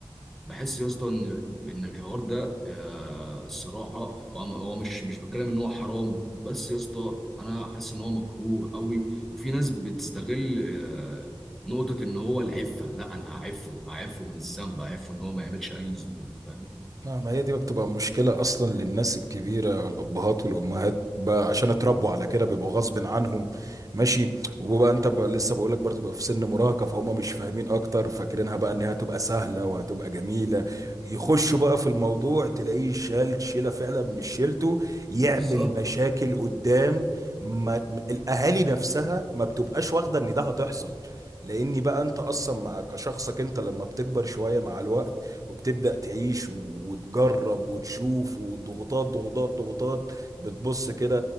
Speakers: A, in the centre; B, on the right (about 40°).
A: بحس يا اسطى ان ان الحوار ده آه، الصراحه هو هو مش مش بتكلم ان هو حرام بس يا اسطى انا حاسس ان هو مكروه قوي وفي ناس بتستغل آه، نقطه ان هو العفه لا انا هعفه هعفه من الذنب هعفه ان هو ما يعملش اي ذنوب فاهم
B: لا ما هي دي بتبقى مشكلة أصلا للناس الكبيرة الأبهات والأمهات بقى عشان اتربوا على كده بيبقوا غصب عنهم ماشي وبقى أنت بقى لسه بقولك برضه بقى في سن مراهقة فهم مش فاهمين أكتر فاكرينها بقى إنها هتبقى سهلة وهتبقى جميلة يخشوا بقى في الموضوع تلاقيه شال شيلة فعلا مش شيلته يعمل
A: بالظبط
B: مشاكل قدام ما م- الأهالي نفسها ما بتبقاش واخدة إن ده هتحصل لأني بقى أنت أصلا مع كشخصك أنت لما بتكبر شوية مع الوقت وبتبدأ تعيش وتجرب وتشوف وضغوطات ضغوطات ضغوطات بتبص كده